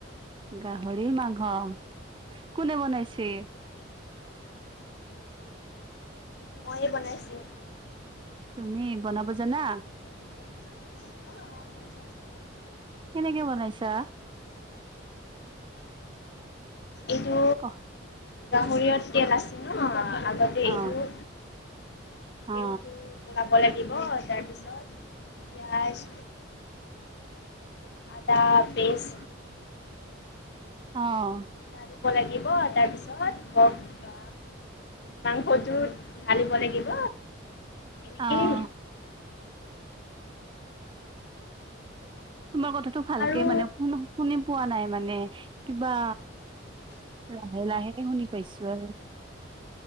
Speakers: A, on the right; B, on the left.
A: গাহৰিৰ মাংস কোনে বনাইছে?
B: মইয়ে বনাইছো
A: তুমি বনাব জানা?
B: অ জানোঁ
A: কেনেকে বনাইছা?
B: এইটো
A: ক
B: গাহৰিয় তেল আছে ন আগতে এইটো
A: অ অ
B: কিন্তু ওলাব লাগিব তাৰপিছত ইয়াৰ আদা পেষ্ট
A: <inaudible> অঁ
B: ধনিয়া দিব লাগিব তাৰপিছত মাংসটোত ঢালিব লাগিব এনেকেই
A: অ তোমাৰ কথাটো ভালকে
B: আৰু
A: মানে শুন শুনি পোৱা নাই মানে কিবা লাহে লাহে শুনি পাইছো আৰু